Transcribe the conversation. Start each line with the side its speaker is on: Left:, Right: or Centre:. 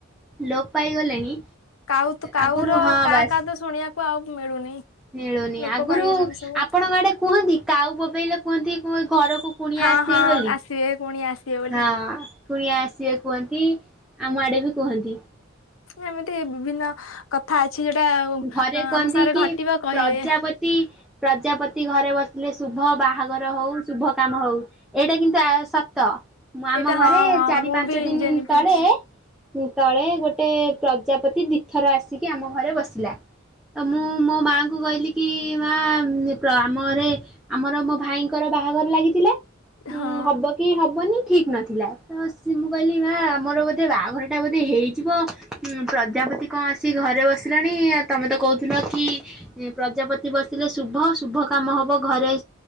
Centre: ଲୋପ ପାଇଗଲେଣି।
Left: କାଉ କାଉର
Centre: ଆଗରୁ ହଁ
Left: କା
Centre: ବାସ୍
Left: କା ତ ଶୁଣିବାକୁ ଆଉ ମିଳୁନି।
Centre: ମିଳୁନି
Left: ଲୋପ
Centre: ଆଗରୁ
Left: ପାଇଗଲାଣି ସବୁ
Centre: ଆପଣଙ୍କ ଆଡେ କୁହନ୍ତି କାଉ ବୋବେଇଲେ କୁହନ୍ତି ଘରକୁ କୁଣିଆ
Left: ହଁ
Centre: ଆସିବେ
Left: ହଁ
Centre: ବୋଲି
Left: ଆସିବେ ପୁଣି ଆସିବେ ବୋଲି
Centre: ହଁ। କୁଣିଆ ଆସିବେ କୁହନ୍ତି ଆମ ଆଡ଼େ ବି କୁହନ୍ତି।
Left: ଏମିତି ବିଭିନ୍ନ କଥା ଅଛି ଯୋଟା
Centre: ଘରେ
Left: ଆମ
Centre: କହନ୍ତି
Left: ସାର
Centre: କି
Left: ଘଟିବ କହିବେ।
Centre: ପ୍ରଜାପତି ପ୍ରଜାପତି ଘରେ ବସିଲେ ଶୁଭ ବାହାଘର ହଉ ଶୁଭ କାମ ହଉ ଏଇଟା କିନ୍ତୁ ସତ ମୁଁ ଆମ
Left: ଏଇଟା
Centre: ଘରେ
Left: ହଁ ହଁ
Centre: ଚାରି
Left: ମୁଁ
Centre: ପାଞ୍ଚ
Left: ବି
Centre: ଦିନ
Left: ଜାଣିବି
Centre: ତଳେ
Left: ହେଇଛି
Centre: ତଳେ ଗୋଟେ ପ୍ରଜାପତି ଦିଥର ଆସିକି ଆମ ଘରେ ବସି ଥିଲା ତ ମୁଁ ମୋ ମାଆଙ୍କୁ କହିଲି କି ମା ଆମରେ ଆମର ମୋ ଭାଇଙ୍କର ବାହାଘର ଲାଗିଥିଲେ
Left: ହଁ
Centre: ଉଁ ହବ କି ହେବନି ଠିକ୍ ନଥିଲା ତ ସି ମୁଁ କହିଲି ମା ଆମର ବୋଧେ ବାହାଘରଟା ବୋଧେ ହେଇଯିବ ହୁଁ ପ୍ରଜାପତି କଣ ଆସି ଘରେ ବସିଲାଣି ଆ ତମେ ତ କହୁଥିଲ କି ପ୍ରଜାପତି ବସିଲେ ଶୁଭ ଶୁଭ କାମ ହେବ ଘରେ।